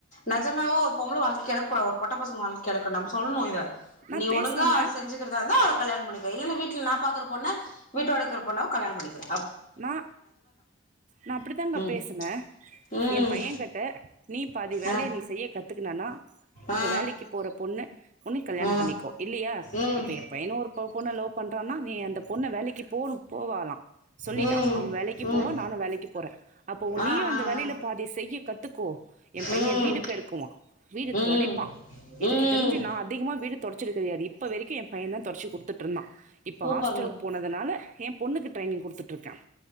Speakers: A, on the left (about 40°); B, on the right (about 35°).
A: நெஜமாவே ஒரு பொம்பள வாழ்க்க கெடக்கூடா ஒரு பொட்ட பசங்க வாழ்க்க கெடக்க நம்ப சொல்லணும் இத
B: நான்
A: நீ
B: பேசுவேங்க
A: ஒழுங்கா செஞ்சிக்கிறதா இருந்தா கல்யாணம் பண்ணிக்க இல்லன்னா வீட்ல நா பாக்கற பொண்ண வீட்டோடக்கிற பொண்ண கல்யாணம் பண்ணிக்கோ
B: நா நா அப்டித்தாங்க
A: ம்
B: பேசுன
A: ம்
B: என் பையன் கிட்ட நீ பாதி வேலைய
A: ஆ
B: நீ செய்ய கத்துக்கனானா இப்ப
A: ஆ
B: வேலைக்கு போற பொண்ணு உன்னு கல்யாணம்
A: ஆ
B: பண்ணிக்கோ இல்லையா
A: ம்
B: இப்ப என் பையன ஒரு இப்ப பொண்ண லவ் பண்றான்னா நீ அந்த பொண்ண வேலைக்கு போனு போவாலாம் சொல்லிட்டான்
A: ம்
B: அவன் வேலைக்கு
A: ம்
B: போவ நானும் வேலைக்கு போற அப்போ
A: ஆ
B: நீயும் அந்த
A: ஆ ஆ
B: வேலையில பாதி செய்ய க த்துக்கோ என் பையன்
A: ம்
B: வீடு பெருக்குவா வீடு
A: ம்
B: தொடைப்பா எனக்கு
A: ம்
B: தெரிஞ்சி நா அதிகமா வீடு தொடச் சது கெடயாது இப்போ வரைக்கும் என் பையன் தா தொடச்சி குடுத்துட்டுருந்தான் இப்போ
A: சூப்பருங்க
B: ஹாஸ்டலுக்கு போனதுனால என் பொண்ணுக்கு ட்ரைனிங் குடுத்துட் டுருக்கன்